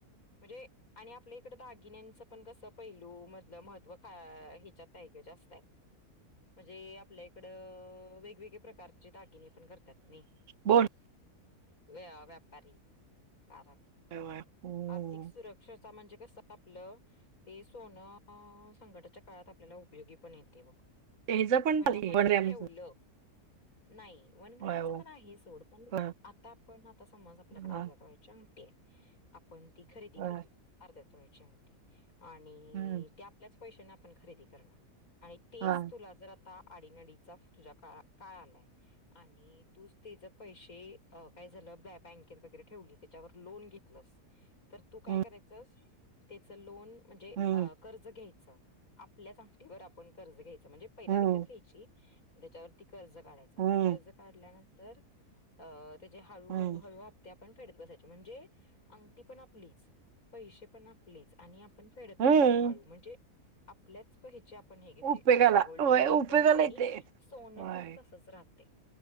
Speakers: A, on the left; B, on the right.
A: म्हणजे आणि आपल्या इकड दागिन्यांच पण कसं पैलू मधलं महत्त्व का हेच्यात ट जास्त हाय म्हणजे आपल्या इकडं अं वेगवेगळे प्रकारचे दागिने करत्यात नें
B: बोल
A: व्य व्यापारी कारा
B: हम्म
A: आर्थिक सुरक्षाच म्हणजे कसं आपलं ते सोनं अं संकटाच्या काळात आपल्याला उपयोगी पण येतंय बघ
B: तेच पण
A: म्हणजे आपण
B: आमचं
A: ठेवलं, नाही वन ग्रॅमच
B: होय होय
A: पण आहे सोड पण
B: होय
A: आता आपण आता समज आपल्याकड
B: होय
A: अर्ध्या तोळ्याची अंगटी आहे आपण ती खरेदी
B: होय
A: केली अर्ध्या तोळ्याची अंगठी आणि
B: हम्म
A: ती आपल्या च पैशानं आपण खरेदी करणार आणि तेच
B: होय
A: तुला जर आता ता आडीनडीचा तुझा काळ काळ आलाय आणि तूच तेज पैसे अं काय झालं बॅ बँकेत वगैरे ठेवली त्याच्यावर लोन घेतलंस तर तू काय
B: हम्म
A: करायचस तेच लोन म्हणजे
B: हम्म
A: अं कर्ज घ्यायच च आपल्याच अंगठीवर आपण कर्ज घ्यायच म्हणजे पहिला
B: हम्म
A: विकत घ्यायची त्याच्यावरती कर्ज काढायच आणि
B: हम्म
A: कर्ज काढल्यानंतर अ त तेजे हळू हळू
B: हम्म
A: हळू हप्ते आपण फेडत बसायचे म्हणजे अंगठी पण आपलीच पैसे पण आपलेच आणि आपण फेडतोय
B: हम्म
A: हळू हळू म्हणजे आपल्याच हे च्यात आपण हे घेतोय
B: उपेगाला
A: ग, गोल्ड
B: होय
A: लोन
B: उपेगाला
A: पण होतयं आणि
B: येते
A: सोनं
B: होय
A: पण तसच राह तय